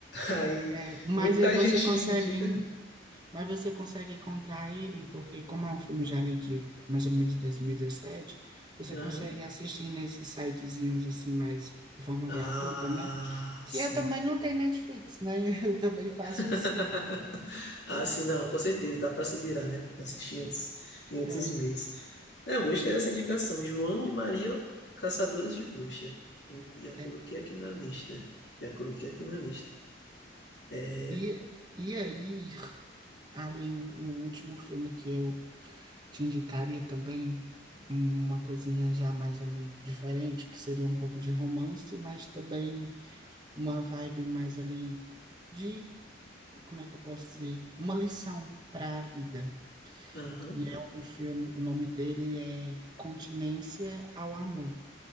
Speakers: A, on the left; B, on the right.
A: Aí
B: É, mas
A: muita
B: aí você
A: gente
B: consegue,
A: me indica.
B: mas você consegue encontrar ele, porque como é um filme já ali de mais ou menos 2017, você
A: Aham.
B: consegue assistir nesses sitezinhos assim mais de forma
A: Ah,
B: gratuita, né? Que
A: sim.
B: eu também não tenho Netflix, né? <laughs> Eu também faço
A: <laughs>
B: assim.
A: Ah, sim, não, com certeza, dá pra se virar, né? Assistir em outros, em outros
B: É,
A: meios. É, eu gostei dessa indicação. João e Maria, Caçadores de Bruxa. Eu Já coloquei
B: é.
A: aqui na lista. Já coloquei aqui na lista. É,
B: E, e aí, ali, o último filme que eu te indicaria também uma coisinha já mais ali diferente, que seria um pouco de romance, mas também uma vibe mais ali de, como é que eu posso dizer? Uma lição para a vida.
A: aham.
B: E é um filme, o nome dele é Continência ao Amor,